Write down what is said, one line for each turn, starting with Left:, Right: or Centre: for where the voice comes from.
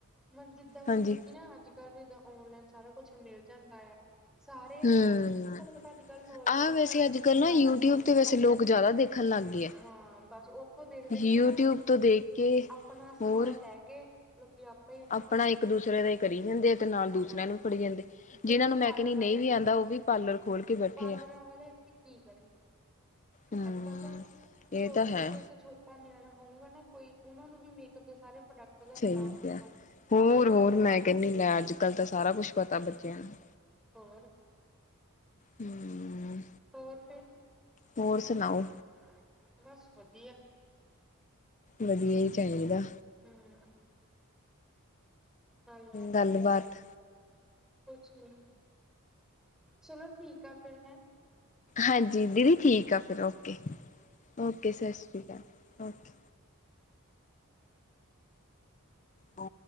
Centre: ਮਤ ਜਿੱਦਾਂ ਮਤਲਬ
Left: ਹਾਂਜੀ
Centre: ਕੀ ਨਾ ਅੱਜ ਅੱਜ ਕੱਲ ਜਿੱਦਾਂ ਔਨਲਾਈਨ ਸਾਰਾ ਕੁੱਛ ਮਿਲ ਜਾਂਦਾ ਆ ਸਾਰੇ
Left: ਹਮ
Centre: ਹਨਾ ਤੁਹਾਨੂੰ ਪਤਾ ਅੱਜ ਕੱਲ੍ਹ ਨੋਰਮਲੀ
Left: ਆਹ ਵੈਸੇ
Centre: ਘਰਾਂ
Left: ਅੱਜ
Centre: ਚ ਵੀ
Left: ਕੱਲ੍ਹ ਨਾ
Centre: ਕਰ
Left: ਯੂਟਿਊਬ
Centre: ਲੈਂਦੇ ਆ ਸਾਰੇ
Left: ਤੇ ਵੈਸੇ ਲੋਕ ਜ਼ਿਆਦਾ ਦੇਖਣ ਲੱਗ ਗਏ ਆ
Centre: ਹਾਂ ਬਸ ਉੱਥੋਂ ਦੇਖ ਦੇਖ
Left: ਯੂਟਿਊਬ
Centre: ਕੇ ਨਾ
Left: ਤੋਂ ਦੇਖ ਕੇ
Centre: ਆਪਣਾ
Left: ਹੋਰ
Centre: ਸਮਾਨ ਲੈ ਲੈ ਕੇ ਲੋਕੀ ਆਪ
Left: ਆਪਣਾ ਇੱਕ ਦੂਸਰੇ ਦਾ ਕਰੀ ਜਾਂਦੇ ਆ ਤੇ ਨਾਲ ਦੂਸਰਿਆਂ
Centre: ਹਾਂ
Left: ਨੂੰ ਫੜੀ ਜਾਂਦੇ।
Centre: ਫੇਰ
Left: ਜਿਨਾਂ
Centre: ਇੱਥੇ
Left: ਨੂੰ ਮੈਂ
Centre: ਪਾਰਲਰ
Left: ਕਣੀ ਨਹੀਂ
Centre: ਵਾਲੇ
Left: ਵੀ ਆਉਂਦਾ ਉਹ ਵੀ ਪਾਰਲਰ ਖੋਲ ਕੇ ਬੈਠੇ
Centre: ਪਾਰਲਰਾਂ
Left: ਆ।
Centre: ਵਾਲੇ ਇੱਥੇ ਕੀ ਕਰਨ
Left: ਹਮ
Centre: ਅੱਜ ਕੱਲ ਤਾਂ
Left: ਇਹ
Centre: ਛੋਟੇ
Left: ਤਾਂ ਹੈ
Centre: ਤੋਂ ਛੋ ਨਿਆਣਾ ਹੋਊਗਾ ਨਾ ਕੋਈ ਉਹਨਾ ਨੂੰ ਵੀ ਮੇਕਅਪ ਦੇ ਸਾਰੇ ਪ੍ਰੋਡਕਟ ਦਾ
Left: ਸਹੀ
Centre: ਪਤਾ ਹੋਊਗਾ
Left: ਕਿਹਾ ਹੈ ਹੋਰ-ਹੋਰ
Centre: ਆਪੇ ਹੀ ਕਰ ਲੈਂਦੇ
Left: ਮੈਂ ਕਹਿੰਦੀ ਲੈ ਅੱਜ ਕੱਲ ਤਾਂ ਸਾਰਾ ਕੁਛ ਪਤਾ ਬੱਚਿਆਂ ਨੂੰ।
Centre: ਹੋਰ
Left: ਹਮ
Centre: ਹੋਰ ਫਿਰ'ਬਸ
Left: ਹੋਰ ਸੁਣਾਓ
Centre: ਵਧੀਆ।
Left: ਵਧੀਆ ਹੀ ਚਾਹੀਦਾ।
Centre: ਹਮ <unintelligible>
Left: ਗੱਲਬਾਤ
Centre: ਹੈਲੋ ਕੁਛ ਨੀ' ਚਲੋ ਠੀਕ ਆ ਫਿਰ ਹੈ
Left: ਹਾਂਜੀ ਦੀਦੀ ਠੀਕ ਆ ਫਿਰ ਓਕੇ-ਓਕੇ ਸਤਿ ਸ਼੍ਰੀ ਅਕਾਲ ਓਕੇ। ਓ